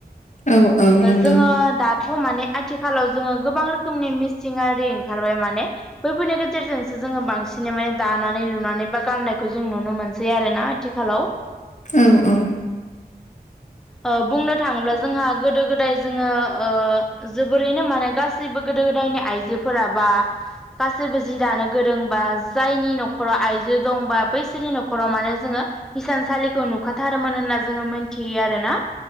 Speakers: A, on the left; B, in the centre.
A: औ औ नंगौ
B: जोङो दा थ' माने आथिखालाव जोङो गोबां रोखोमनि मिसिंआरि ओंखारबाय माने बैफोरनि गेजेरजोंसो जोङो बांसिनै माने दानानै लुनानै बा गाननायखौ जों नुनो मोनसै आरो ना। आथिखालाव
A: औ औ।
B: ओ बुंनो थाङोब्ला जोंहा गोदो- गोदाय जोङो जोबोरैनो माने गासै गासैबो गोदो -गोदायनि आइजोफोरा बा गासैबो जि दानो गोरोंबा जायनि न'खराव आइजो दंबा बैसोरनि न'खराव माने जोङो हिसानसालिखौ नुखाथारोमोन होनना जोङो मोनथियो आरो ना।